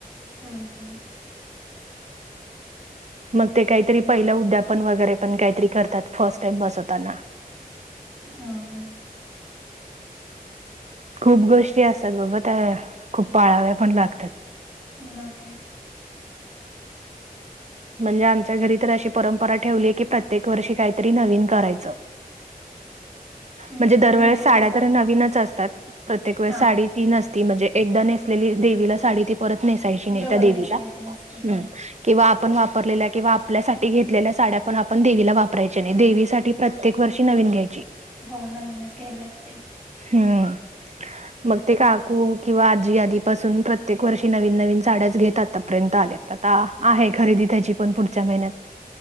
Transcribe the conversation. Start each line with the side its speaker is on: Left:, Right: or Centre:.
Centre: हम्म -हम्म.
Right: मग ते कायतरी पहिलं उद्यापन वगैरे पण कायतरी करतात फर्स्ट टाइम बसवताना.
Centre: हम्म....
Right: खूप गोष्टी असत्यात बाबा त्या, खूप पाळाव्या पण लागतात.
Centre: नखे
Right: म्हणजे आमच्या घरी तर अशी परंपरा ठेवलीय, की प्रत्येक वर्षी काहीतरी नवीन करायचं.
Centre: हम्म
Right: म्हणजे दरवेळेस साड्या
Centre: कसं
Right: तर नवीनच असतात, प्रत्येकवेळी
Centre: हा
Right: साडी ती नसती म्हणजे एकदा नेसलेली देवीला साडी ती परत नेसायची नाय
Centre: डबल
Right: त्या देवीला,
Centre: नेसवायची नसते
Right: हम्म
Centre: हा
Right: किंवा आप पण वापरलेल्या किंवा आपल्यासाठी घेतलेल्या साड्या पण आपण देवीला वापरायच्या नाइत देवीसाठी प्रत्येक वर्षी नवीन घ्यायची.
Centre: हो नवीनच घ्यायला लागते.
Right: हम्म... मग ते काकू किंवा आजी आधीपासून प्रत्येक वर्षी नवीन -नवीन साड्याच घेत आतापर्यंत आल्यात. आता आहे खरेदी त्याची पण पुढच्या महिन्यात,